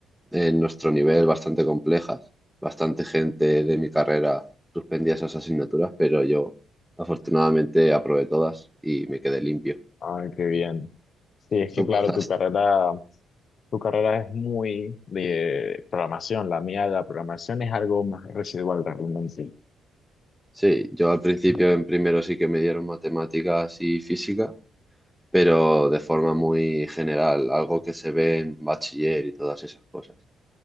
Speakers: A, in the centre; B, on the left (about 50°).
A: en nuestro nivel bastante complejas. Bastante gente de mi carrera suspendía esas asignaturas, pero yo afortunadamente aprobé todas y me quedé limpio.
B: Ay, qué bien. Sí, es que
A: ¿Tú
B: claro,
A: pasaste?
B: tu carrera, tu carrera es muy de programación. La mía, la programación es algo más residual realmente. ¿sí?
A: Sí, yo al principio en primero sí que me dieron matemáticas y física, pero de forma muy general, algo que se ve en bachiller y todas esas cosas.